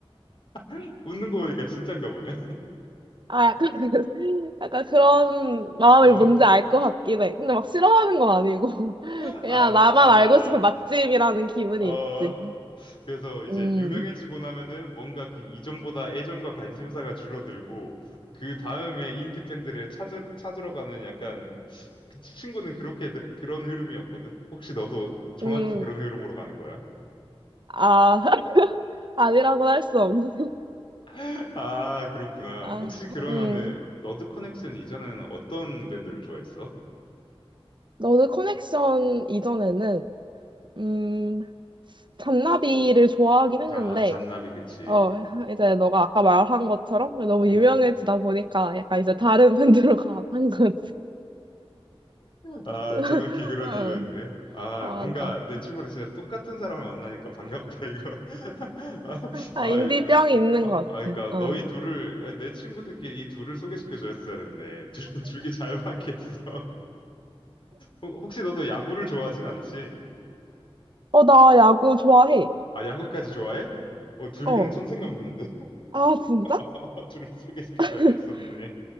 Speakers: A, on the left (about 55°); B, on the right (about 50°).
A: <laughs> 웃는 거 보니까 진짠가 보네.
B: 아, 약간, 그- <laughs> 약간 그런 마음이
A: <laughs> 어,
B: 뭔지 알 것 같긴 해. 근데 막 싫어하는 건 아니고, <laughs>
A: 아,
B: 그냥
A: 알아
B: 나만 알고
A: 알아.
B: 싶은 맛집이라는 기분이
A: 어, 어.
B: 있지.
A: 그래서 이제
B: 음.
A: 유명해지고 나면은 뭔가 그 이전보다 애정과 관심사가 줄어들고 그 다음에 인디 밴드를 찾으, 찾으러 가는 약간 그 친구는 그렇게 되- 그런 흐름이었거든. 혹시 너도 정확히
B: 음,
A: 그런 흐름으로 가는 거야?
B: 아, <laughs> 아니라고는 할 수 없는.
A: <laughs> 아, 그렇구나.
B: 아,
A: 혹시 그러면은
B: 음,
A: 너드 커넥션 이전에는 어떤 밴드를 좋아했어?
B: 너드 커넥션 이전에는, 음, 잔나비를 좋아하긴 했는데,
A: 아, 잔나비 그치.
B: 어, 이제 너가 아까 말한 것처럼 너무
A: 음.
B: 유명해지다 보니까 약간 이제 다른 밴드로 가한 거지.
A: 아,
B: <laughs>
A: 정확히 그런
B: 어,
A: 일이었네. 아,
B: 맞아.
A: 뭔가 내 친구랑 진짜 똑같은 사람을 만나니까 반갑다, 이거. <laughs> 아,
B: 아,
A: 아,
B: 인디병이
A: 이거.
B: 있는
A: 아,
B: 것
A: 아,
B: 같아.
A: 그러니까 너희
B: 어.
A: 둘을 아니, 내 친구들끼리 이 둘을 소개시켜 줬어야 됐네. 둘 둘이 잘 맞겠어. <laughs> 혹- 혹시 너도 야구를 좋아하진 않지?
B: 어, 나 야구 좋아해.
A: 아, 야구까지 좋아해? 어, 둘이
B: 어.
A: 그냥 천생연분인데.
B: 아, 진짜?
A: <laughs> 어, 둘을 소개시켜
B: <laughs>
A: 줘야겠었네.